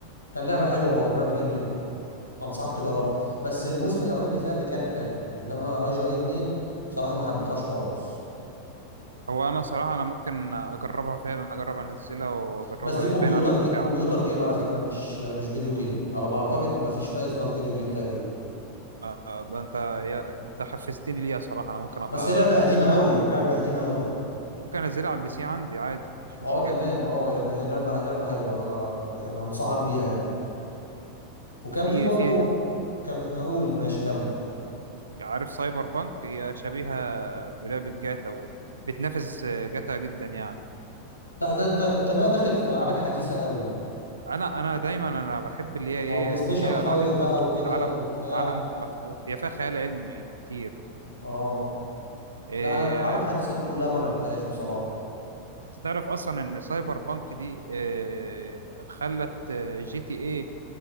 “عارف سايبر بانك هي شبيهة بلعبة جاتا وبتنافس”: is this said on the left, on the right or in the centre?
Right